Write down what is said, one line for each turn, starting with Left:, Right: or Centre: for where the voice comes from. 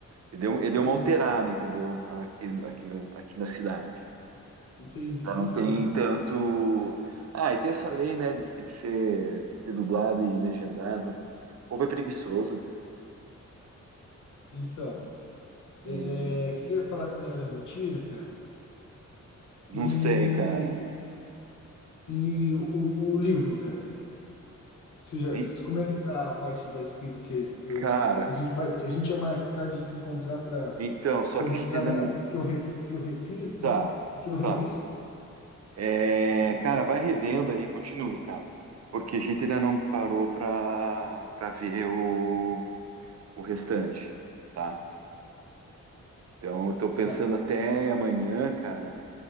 Right: Ele deu, ele deu uma
Left: Sim,
Right: alterada, entendeu? Aqui, aqui, na- aqui na cidade.
Left: entendi,
Right: Já não
Left: entendi.
Right: tem tanto. Ah, e tem essa lei, né, de que tem que ser, tem que ser dublado e legendado. Né? O povo é preguiçoso
Left: Então,
Right: e
Left: é, o que que eu ia falar que não era mentira, cara?
Right: não
Left: E,
Right: sei, cara.
Left: e o, o livro, cara, você já,
Right: E,
Left: como é que tá a parte da escrita que eu,
Right: cara,
Left: a gente vai, a gente ia marcar de se encontrar para
Right: então, só
Left: eu
Right: que
Left: mostrar
Right: a gente ainda.
Left: minha- o que eu ref, o que eu refiz,
Right: Tá,
Left: né? O que eu revis?
Right: tá. É, cara, vai revendo aí, continue, cara. Porque a gente ainda não parou pra, pra ver o, o restante, tá? Então, eu tô pensando
Left: Tá.
Right: até amanhã, cara,